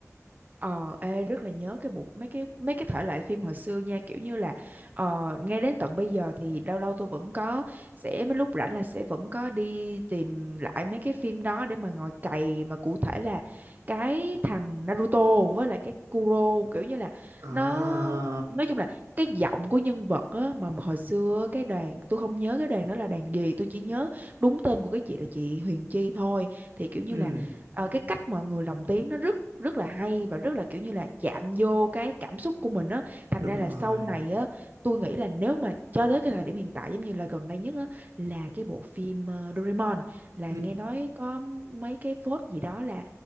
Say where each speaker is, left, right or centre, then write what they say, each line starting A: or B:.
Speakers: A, on the right; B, on the right.
A: Ờ, ê, rất là nhớ cái bộ mấy cái mấy cái thể loại phim hồi xưa nha kiểu như là ờ, ngay đến tận bây giờ thì lâu lâu tôi vẫn có sẽ mấy lúc rảnh là sẽ vẫn có đi tìm lại mấy cái phim đó để mà ngồi cày mà cụ thể là cái thằng Naruto với lại cái Kuro kiểu như là
B: à
A: nó nói chung là cái giọng của nhân vật á mà hồi xưa cái đoàn tôi không nhớ cái đoàn đó là đoàn gì tôi chỉ nhớ đúng tên của cái chị là chị Huyền Chi thôi thì kiểu như
B: ừ
A: là ờ, cái cách mọi người lồng tiếng nó rất rất là hay và rất là kiểu như là chạm vô cái cảm xúc của mình á thành
B: đúng
A: ra là
B: rồi
A: sau này á tôi nghĩ là nếu mà cho tới cái thời điểm hiện tại giống như là gần đây nhất á là cái bộ phim ờ, Doraemon là
B: ừ,
A: nghe nói có mấy cái phốt gì đó là